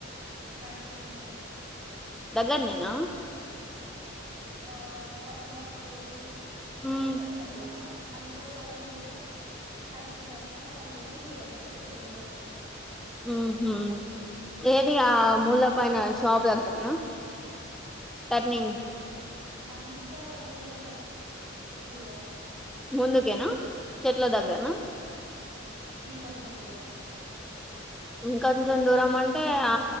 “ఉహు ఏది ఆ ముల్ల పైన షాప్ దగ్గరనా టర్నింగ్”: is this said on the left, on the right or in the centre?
Centre